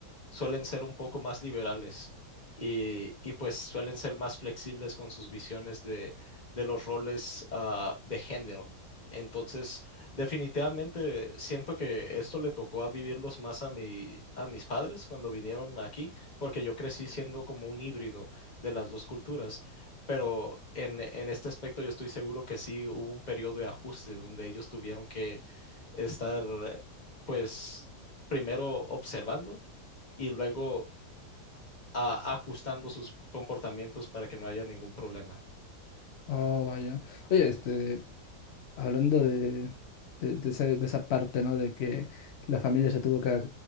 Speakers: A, on the left (about 30°); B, on the left (about 75°).
A: suelen ser un poco más liberales y, y pues suelen ser más flexibles con sus visiones de, de los roles ah, de género. Entonces, definitivamente siento que esto le tocó a vivirlos más a mi, a mis padres cuando vinieron aquí, porque yo crecí siendo como un híbrido de las dos culturas. Pero en, en este aspecto yo estoy seguro que sí hubo un periodo de ajuste donde ellos tuvieron que estar, pues, primero observando y luego ah, ajustando sus comportamientos para que no haya ningún problema.
B: Oh, vaya. Oye, este, Hablando de, de- de esa, de esa parte, ¿no? De que la familia se tuvo que a-